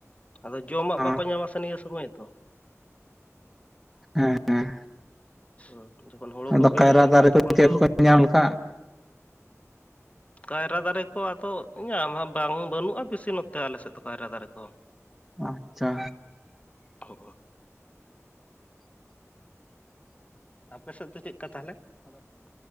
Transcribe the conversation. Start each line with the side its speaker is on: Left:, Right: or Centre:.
Left: ᱟᱫᱚ ᱡᱚᱢᱟᱜ
Centre: ᱦᱮᱸ
Left: ᱵᱟᱠᱚ ᱧᱟᱢᱟ ᱥᱮ ᱱᱤᱭᱟᱹ ᱥᱚᱢᱚᱭ ᱫᱚ᱾
Centre: ᱦᱮᱸ ᱦᱮᱸ
Left: ᱦᱩᱸ ᱡᱚᱠᱷᱚᱱ ᱦᱳᱲᱳ
Centre: ᱟᱫᱚ
Left: ᱠᱚ ᱵᱤᱞᱤ
Centre: ᱠᱟᱭᱨᱟ
Left: ᱞᱮᱱᱠᱷᱟᱱ
Centre: ᱫᱟᱨᱮ ᱠᱚ
Left: ᱛᱚᱠᱷᱚᱱ
Centre: ᱪᱮᱫ
Left: ᱫᱚ
Centre: ᱠᱚ ᱧᱟᱢ ᱞᱮᱠᱷᱟᱱ
Left: ᱠᱟᱭᱨᱟ ᱫᱟᱨᱮ ᱠᱚ ᱟᱫᱚ ᱧᱟᱢᱟ ᱵᱟᱝ ᱵᱟᱹᱱᱩᱜ-ᱟ ᱵᱮᱥᱤ ᱱᱚᱛᱮ ᱟᱞᱮᱥᱮᱫ ᱫᱚ ᱠᱟᱭᱨᱟ ᱫᱟᱨᱮ ᱠᱚ᱾
Centre: ᱟᱪᱪᱷᱟ
Left: <unintelligible> ᱟᱯᱮ ᱥᱮᱫ ᱫᱚ ᱪᱮᱫ ᱞᱮᱠᱟ ᱛᱟᱦᱞᱮ?